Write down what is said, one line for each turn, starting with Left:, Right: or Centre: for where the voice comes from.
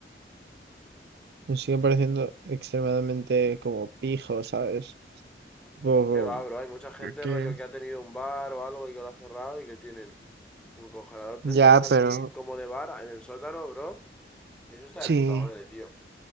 Right: Me sigue pareciendo extremadamente como pijo, ¿sabes? Poco...
Centre: Qué va, bro. Hay mucha gente,
Right: ¿Por qué?
Centre: rollo, que ha tenido un bar o algo y que lo ha cerrado y que tienen un congelador de
Right: Ya,
Centre: estos así
Right: pero...
Centre: como de bar en el sótano, bro. Y eso está
Right: Sí.
Centre: de puta madre, tío.